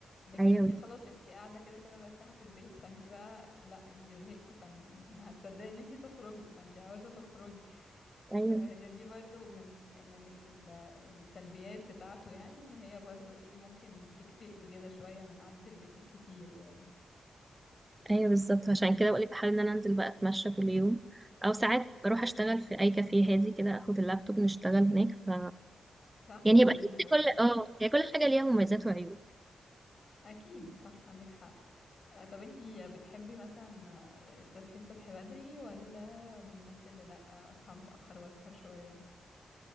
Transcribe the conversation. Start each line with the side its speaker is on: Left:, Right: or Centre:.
Left: لكن
Right: ايوه
Left: انتي خلاص انتي قاعده كده كده مرتاحه في البيت فانتي بقى لا انتي زهقتي فما هتصدقي ان انتي تخرجي فانتي عاوزه تخرجي
Right: ايوه
Left: هي دي برضو من من ال- السلبيات بتاعته يعني ان هي برضو ايه ممكن تكتئبي كده شوية من قعدة البيت كتير يعني
Right: ايوه بالظبط عشان كده بقولك بحاول ان انا انزل بقى اتمشى كل يوم او ساعات بروح اشتغل في اي كافيه هادي كده اخد اللابتوب نشتغل هناك ف
Left: صح
Right: يعني
Left: تغيير
Right: هي بقى بحس
Left: برضو
Right: كل اه هي كل حاجه ليها مميزات وعيوب
Left: اكيد صح عندك حق آه، طب انتي بتحبي مثلا آه، تصحي الصبح بدري ولا من الناس اللي لا اصحى متأخر واسهر شوية